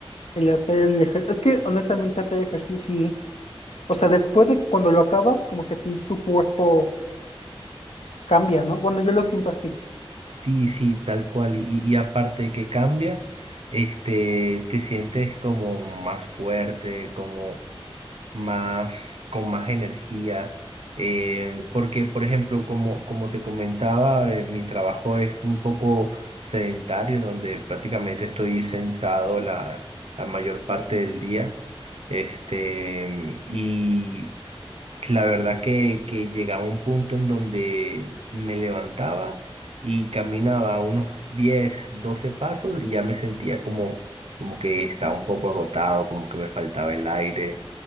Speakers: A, on the left (about 85°); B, on the right (about 80°).
A: el hacer el ejercicio. Es que honestamente hacer ejercicio sí, o sea, después de cuando lo acabas, como que sí tu cuerpo cambia, ¿no? Bueno, yo lo siento así.
B: Sí, sí, tal cual. Y, y aparte de que cambia, este, te sientes como más fuerte, como más, con más energía. eh, porque, por ejemplo, como, como te comentaba, eh, mi trabajo es un poco sedentario, en donde prácticamente estoy sentado la, la mayor parte del día. Este, y la verdad que, que llegaba un punto en donde me levantaba y caminaba unos 10 12 pasos y ya me sentía como, como que estaba un poco agotado, como que me faltaba el aire.